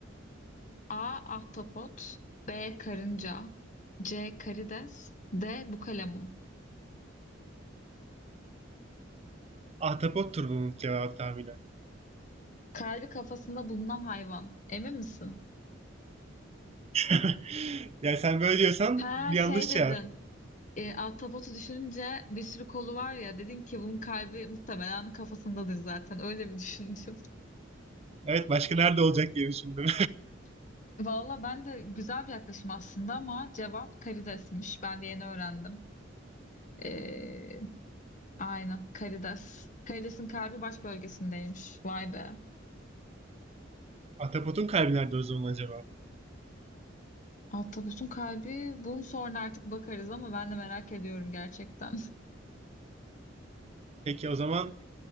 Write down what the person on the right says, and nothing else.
Ahtapottur bunun cevap tahminen.
<laughs> Yani sen böyle diyorsan
yanlış
cevap.
Evet başka nerede olacak diye düşündüm.
<laughs> Ahtapotun kalbi nerede o zaman acaba?
Peki o zaman